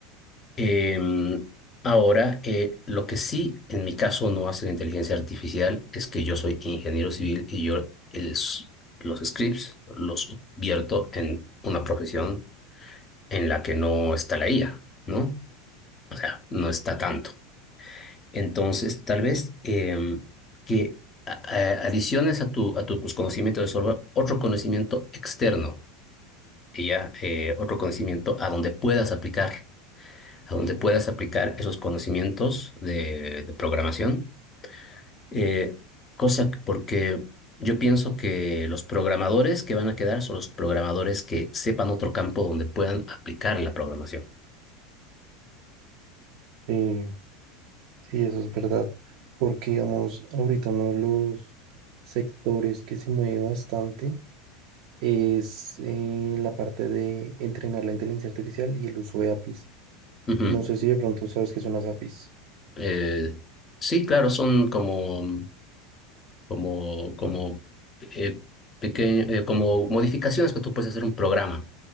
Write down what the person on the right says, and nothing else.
Sí, sí, eso es verdad, porque digamos, ahorita uno de los sectores que se mueve bastante es eh, la parte de entrenar la inteligencia artificial y el uso de APIs.
No sé si de pronto sabes qué son las APIs.